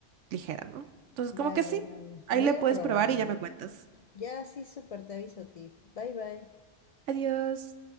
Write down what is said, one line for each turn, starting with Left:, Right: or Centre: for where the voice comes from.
Right: ligera, ¿no? Entonces,
Left: Vale,
Right: como que sí,
Left: vale.
Right: ahí
Left: Voy
Right: le
Left: a ir
Right: puedes
Left: a probarlo.
Right: probar y ya me cuentas.
Left: Ya, sí, súper, te aviso, Tiff. Bye, bye.
Right: Adiós.